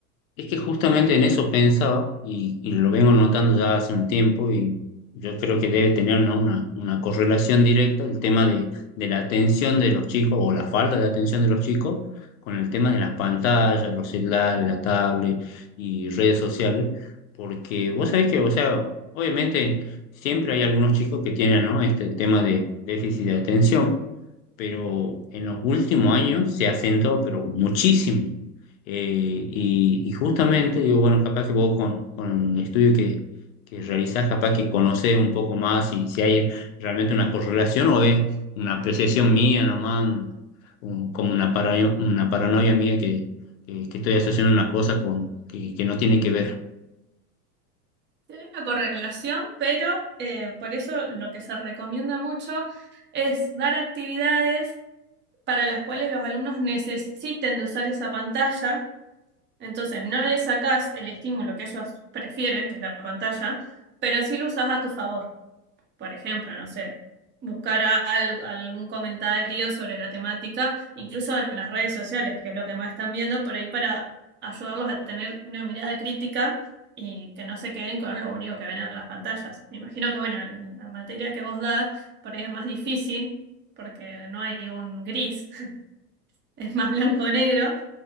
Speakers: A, on the left; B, on the right.
A: Es que justamente en eso pensaba y, y lo vengo notando ya hace un tiempo y yo creo que debe tener ¿no? una, una correlación directa el tema de, de la atención de los chicos o la falta de atención de los chicos con el tema de las pantallas, los celulares, la tablet y redes sociales, porque vos sabés que, o sea, obviamente siempre hay algunos chicos que tienen ¿no? este tema de déficit de atención pero en los últimos años se ha acentuado, pero muchísimo. Eh, y, y justamente, yo, bueno, capaz que vos con, con el estudio que, que realizás, capaz que conocés un poco más si, si hay realmente una correlación o es una apreciación mía nomás, un- un- como una paranoia, una paranoia mía que, que, que estoy asociando una cosa con, que, que no tiene que ver.
B: Sí, Hay una correlación, pero eh, por eso lo que se recomienda mucho es dar actividades para las cuales los alumnos necesiten de usar esa pantalla. Entonces, no le sacás el estímulo que ellos prefieren, que es la pantalla, pero sí lo usás a tu favor. Por ejemplo, no sé, buscar a- al- algún comentario sobre la temática, incluso en las redes sociales, que es lo que más están viendo, por ahí para ayudarlos a tener una mirada crítica y que no se queden con lo único que ven en las pantallas. Me imagino que, bueno, en la materia que vos das, por ahí es más difícil, porque no hay un gris, <laughs> es más blanco o negro,